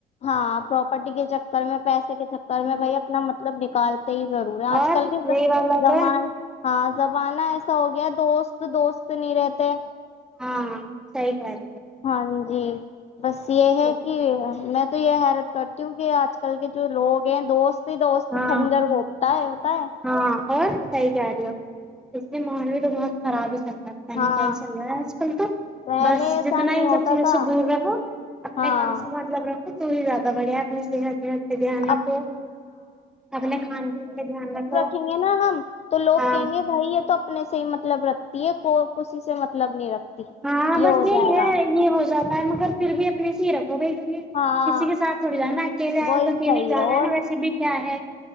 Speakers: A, on the left (about 40°); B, in the centre.
A: ہاں پراپرٹی کے چکر میں پیسے کے چکر
B: پھر،
A: میں بھائی اپنا مطلب نکالتے ہی ضرور ہے آج
B: اور
A: کل کے
B: یہی والا
A: زمان
B: تو
A: ہاں زمانہ ایسا ہو گیا دوست تو دوست نہیں رہتے
B: ہاں سی پار
A: ہاں جی بس یہ ہے
B: ہو
A: کہ میں تو یہ حیرت کرتی ہوں کہ آج کل کے جو لوگ ہیں دوست دوست
B: ہاں
A: خنجر گھپتا ہے ہوتا ہے
B: ہاں اور صحیح کہہ رہی ہو اس لیے ماحول بھی تو بہت خراب ہی چا پتا نہیں
A: ہاں
B: کیا ہی چل رہا ہے آج کل تو
A: پہلے
B: بس
A: ایسا
B: جتنا
A: نہیں
B: ہے ان
A: ہوتا
B: سب چیزوں
A: تھا
B: سے دور رکھو اپنے
A: ہاں
B: کام سے مطلب رکھو تو ہی زیادہ بڑھیا اپ نےح پہ دھیان رکھو
A: اب
B: اپنے کھان پین پہ دھیان رکھو
A: دکھیں گے نا ہم تو لوگ
B: ہاں
A: کہیں گے بھائی یہ تو اپنے سے ہی مطلب رکھتی ہے کوئی کسی سے مطلب نہیں رکھتی
B: ہاں
A: یہ
B: بس
A: ہو
B: یہی
A: جائے
B: ہے
A: گا
B: یہ ہو جاتا ہے مگر پھر بھی اپنے سے ہی رکھ ہو بھائی کیونکہ
A: ہاں
B: کسی کےاتھ تھوڑی جا نا اکیلے
A: وہی
B: آئے تو اکیل
A: صحیح
B: ہی جانا ہے
A: اور
B: نا ویسے بھی کیا ہے